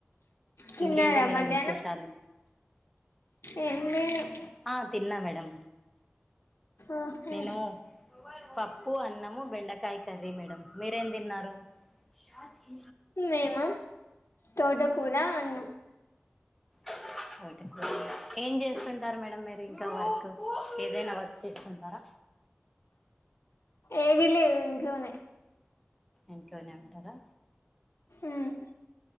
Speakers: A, on the left; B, in the centre.
A: తిన్నారా
B: ఇంకేంటి మేడం
A: మధ్యాహ్నం
B: విశేషాలు
A: ఏం లేదు
B: ఆ తిన్నా మేడం
A: ఆహా
B: నేను పప్పు, అన్నము, బెండకాయ కర్రీ మేడం మీరేం దిన్నారు? షాదీ
A: మేమా తోటకూర, అన్నం
B: <inaudible> తోటకూరా ఏం చేస్తుంటారు మేడం మీరు ఇంకా వర్క్ ఏదైనా వర్క్ చేస్తుం టారా
A: ఏదీ లేదు ఇంట్లోనే
B: ఇంట్లోనే ఉంటారా
A: ఉమ్